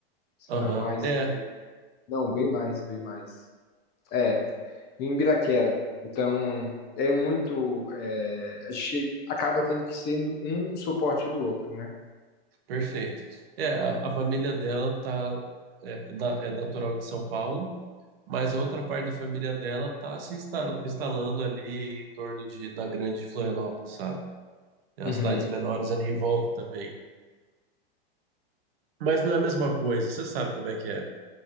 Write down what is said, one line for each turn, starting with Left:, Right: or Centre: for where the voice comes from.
Left: se
Right: Aham,
Left: não mais
Right: é,
Left: também. Não, bem mais, bem mais. É, em Biraquera. Então, é muito. é, a gente acaba tendo que sendo um o suporte do outro, né?
Right: perfeito. É, a, a família dela tá, é, na- é natural de São Paulo, mas a outra parte da família dela tá se instala- instalando ali em torno de, da grande Florianópolis, sabe? As
Left: Uhum.
Right: cidades menores ali em volta também. Mas não é a mesma coisa, você sabe como é que é.